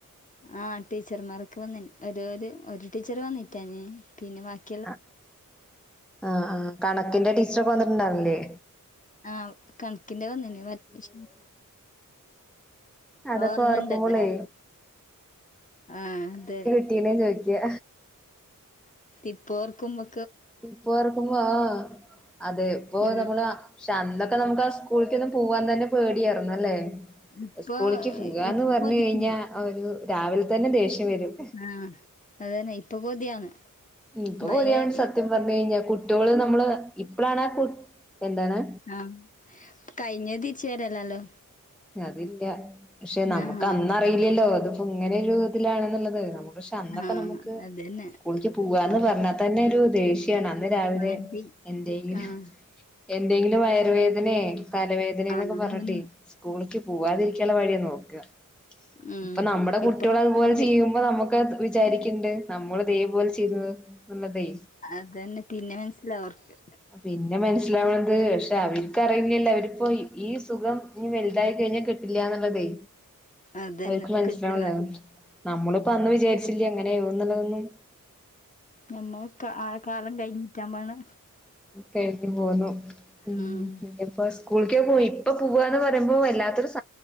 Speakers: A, on the left (about 25°); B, in the centre.
A: ആഹ ടീച്ചർമാരൊക്കെ വന്ന്ന് ഒരു ഒരു ടീച്ചറ് വന്നിട്ടാഞ്ഞ് പിന്നെ ബാക്കി
B: ആ ആഹാ ഹാ കണക്കിന്റെ ടീച്ചറൊക്കെ വന്നിട്ട്ണ്ടാർന്നില്ലേ?
A: ആഹ കണക്കിന്റെ വന്ന്നി മറ്റേ <inaudible>
B: അതൊക്കെ
A: ഓർമ്മണ്ടല്ലേ?
B: ഓർക്കുമ്പോളേ
A: ആഹ അതെ.
B: <unintelligible> ചോയിക്യാ
A: ഇപ്പോർക്കുമ്പോ
B: ഇപ്പോർക്കുമ്പോ ആഹാ അതെ ഇപ്പൊനമ്മളാ
A: ഉം
B: പക്ഷെ അന്നൊക്കെ ന്നമ്മക്ക് ആ സ്കൂൾക്കൊന്ന് പോവാൻതന്നെ പേടിയാർന്നല്ലേ?
A: ഇപ്പൊ
B: സ്കൂളിക്ക് പോവാന്ന്
A: ഇപ്പൊ
B: പറഞ്കഴിഞ്ഞാ
A: കൊതിക്ക്ന്ന്
B: ഒരു രാവിലെ തന്നെ ദേഷ്യം വെരും
A: ആഹാ അതന്നെ ഇപ്പൊ കൊതിയാന്ന്
B: ഇപ്പൊ
A: പയേ
B: പോരാ സത്യം പറഞ്കഴിഞ്ഞാ കുട്ട്യോള് നമ്മള് ഇപ്പളാണാ കു എന്താണ്
A: ആഹാ കഴിഞ്ഞേ തിരിച്ച് വരല്ലാലോ
B: അതില്ല പക്ഷെ നമ്മക്കന്നറിയില്ല്യല്ലോ
A: ആഹ്
B: ഇത്പ്പോ ഇങ്ങനൊരു ഇതിലാണ്ന്ന്ള്ളത് നമ പക്ഷെ അന്നൊക്കെ
A: ആഹ്
B: നമ്ക്ക്
A: അതന്നെ
B: സ്കൂളിക്ക് പോവാന്ന്
A: അപ്പൊ
B: പറഞ്ഞാതന്നൊരു ദേഷ്യ സത്യാണ് അന്ന് രാവിലെ
A: മടി
B: എന്തേങ്കിലും
A: ആഹ്
B: എന്തെങ്കിലും വയറുവേദനേ, തലവേദനേ
A: ആഹ്
B: എന്നൊക്കെ
A: അതന്നെ
B: പറ്ഞ്ട്ടെ സ്കൂളിക്ക് പോവാതിരിക്കാള്ള വഴിയാ നോക്കാ
A: ഉം
B: ഇപ്പം ന്നമ്മട കുട്ട്യോളതുപോലെ
A: ഇപ്പൊ പൂതി
B: ചെയ്യുമ്പോ നമ്മക്ക് വിചാരിക്ക്ണ്ട് നമ്മളുതേപോലെ ചെയ്തന്ന്ള്ളതേ
A: അതന്നെ പിന്നെ മനസ്സിലാവും ഓർക്ക്
B: പിന്നെ മനസ്സിലാവ്ണത് പക്ഷെ അവരിക്കറിണില്ലല്ലോ അവരിപ്പോ ഈ സുഖം ഇഞ്ഞ് വെല്തായി കഴിഞ്ഞ കിട്ടില്ല്യാന്ന്ള്ളതേ
A: അതന്നെ
B: അവര്ക്ക് മനസ്സിലാവൂല്ല
A: കിട്ടില്ല
B: നമ്മള്പ്പം അന്ന് വിചാരിച്ചില്ല്യ ഇങ്ങനയാവുന്ന്ള്ളതൊന്നും
A: ഞമ്മഒക്കെ ആ കാലം കഴിഞ്ഞിട്ടാമ്പാണ്
B: കെഴ്ഞ്ഞ് പോന്നു മ്
A: ഉം.
B: ഇപ്പൊ സ്കൂൾക്കെ പോയി ഇപ്പൊ പോവാന്ന്പറയുമ്പോ വല്ലാത്തൊരു സങ്ക